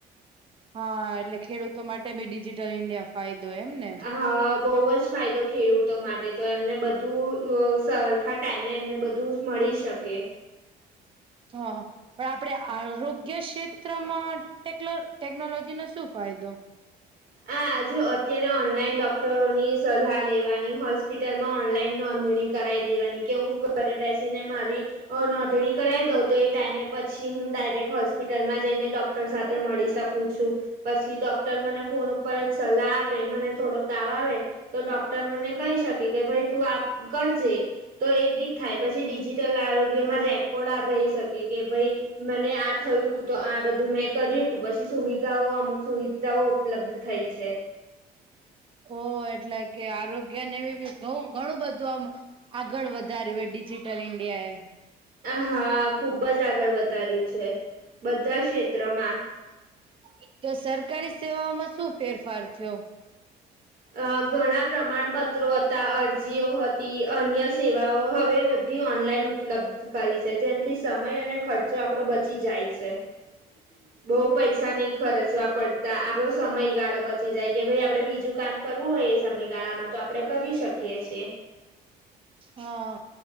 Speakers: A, on the right; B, on the right.
A: હા એટલે ખેડૂતો માટે બી ડિજિટલ ઇન્ડિયા ફાયદો એમ ને
B: હા બોવજ ફાયદો ખેડૂતો માટે તો બધું સરખા ટાઈમે એમને બધું મળી શકે
A: હા પણ આપડે આરોગ્ય ક્ષેત્રમાં ટેકનોલોજી નો શું ફાયદો
B: આ આજુ અત્યારે ઓનલાઈન ડોક્ટરોની સલાહ લેવાની હોસ્પિટલમાં ઓનલાઈન નોંધણી કરાવી દેવાની કે હું ઘરે બેસીને મારી નોંધણી કરાવ દઉં તો એ ટાઈમે પછી હું ડાયરેક્ટ હોસ્પિટલમાં જઈને ડોક ડોક્ટર સાથે મળી શકું છું પછી ડોક્ટર મને ફોન ઉપર જ સલાહ આપે મને થોડો તાવ આવે તો ડોક્ટર મને કહી શકે કે ભાઈ તું આપ કરજે તો એ બી થાય પછી ડિજિટલ આરોગ્યમાં રેકોર્ડ આ રહી શકે કે ભાઈ મને આ થયું હતું તો આ બધું મેં કર્યું હતું પછી સુવિધાઓ અમુક સુવિધાઓ ઉપલબ્ધ થઈ છે
A: ઓ એટલે કે આરોગ્ય ને એ બી ઘણું બધું આમ આગળ વધાર્યુંય ડિજીટલ ઇન્ડિયા એ.
B: હા ખુબ જ આગળ વધાર્યું છે બધા જ ક્ષેત્રમાં.
A: એક તો સરકારી સેવાઓમાં શું ફેરફાર થયો?
B: અ ઘણા પ્રમાણપત્રો હતા અરજીઓ હતી અન્ય સેવાઓ હવે ઈ ઓનલાઈન ઉપલબ્ધ કરી છે જે ન થી સમય અને ખર્ચો આપડો બચી જાય છે. <inaudible> બઉુ પૈસા નહી ખર્ચવા પડતા આપડો સમયગાળો બચી જાય કે ભાઈ આપડે બીજું કામ કરવું હોય એ સમયગાળામાં તો આપણે કરી શકીએ છીએ.
A: હા